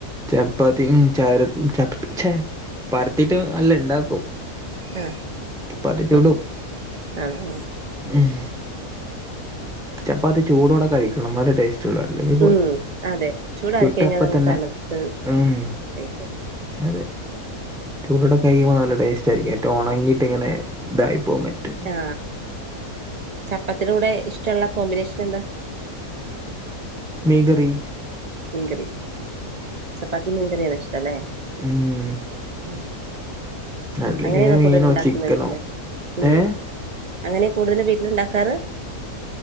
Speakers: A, in the centre; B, on the right.
A: ചപ്പാത്തി ച ചപ്പേ പരത്തിട്ട് അല്ല ഉണ്ടാക്കും
B: ആ
A: ചപ്പാത്തി ചുടും
B: അഹ് ആ ആ
A: ഉം ചപ്പാത്തിച്ചൂടോടെ കഴിക്കണെന്നാലെ ടേസ്റ്റ് ചുലല്ലങ്കിപ്പോയി
B: ഉം അതെ ചൂടാറി
A: ചുട്ട
B: കഴിഞ്ഞാൽ
A: അപ്പത്തന്നെ
B: അതങ്ങ് തണുത്ത്
A: ഉം
B: പൊയ്ക്കോളും
A: അതെ ചൂടോട കയിക്കുമ്പോൾ നല്ല ടേസ്റ്റായിരിക്കും ഏറ്റവും ഉണങ്ങിയിട്ട്ങ്ങനെ ഇതായിപ്പോകും മറ്റ്
B: ആ ചപ്പത്തിടെ കൂടെ ഇഷ്ടള്ള കോമ്പിനേഷനെന്താ
A: മീങ്കറീ
B: ഉങ്കറി ചപ്പാത്തി നിങ്കറിേനഷ്ടല്ലേ
A: ഉം
B: ഉം <inaudible>
A: അല്ലെങ്കില്
B: അങ്ങനെയാണോ
A: മീനോ
B: കൂടുതൽ ഉണ്ടാക്കുന്ന
A: ചിക്കനോ
B: വീട്ടില് ഉം
A: ഏഹ്
B: അങ്ങനെ കൂട്തല് വീട്ടിലുണ്ടാക്കാറ്